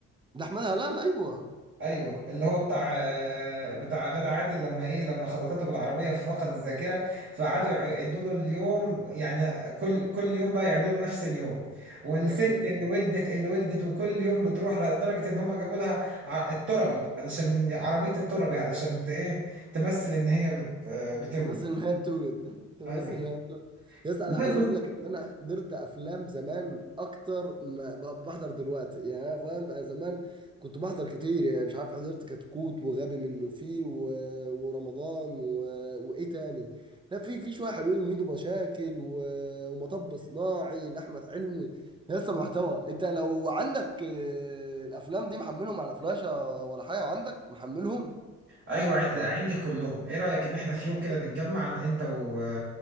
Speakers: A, on the right; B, on the right.
A: ده احمدها لا لا ايوه
B: ايوه اللي هو بتاع آه، بتاع غادة عادل لما ايه لما خبطته بالعربيه ففقد الذاكره فقعدوا يعيدوا له اليوم يعني كل كل يوم بقى يعيدوا له نفس اليوم والست
A: ايوه
B: اللي ولدت اللي ولدت وكل يوم بتروح لدرجه ان هم جابوا لها ع- التربي علشان عربيه التربي علشان ت- ايه تمثل ان هي بت آه، بتولد
A: تمثل ان هي بتولد تمثل
B: ايوه
A: ان هي بتولد يس انا
B: لا
A: عايز
B: بص
A: اقول لك ان انا حضرت افلام زمان اكتر ما ب- بحضر دلوقتي يعني انا فاهم أنا زمان كنت بحضر كتير يعني مش عارف حضرت كتكوت وغبي منه فيه و... ورمضان و... وايه تاني لا في في شويه حلوين وميدو مشاكل و... ومطب صناعي لاحمد حلمي لسه محتوى انت لو عندك آه، الافلام دي محملهم على فلاشه ولا حاجه عندك محملهم
B: ايوه عن- ده عندي كلهم ايه رايك ان احنا في يوم كده نتجمع انت و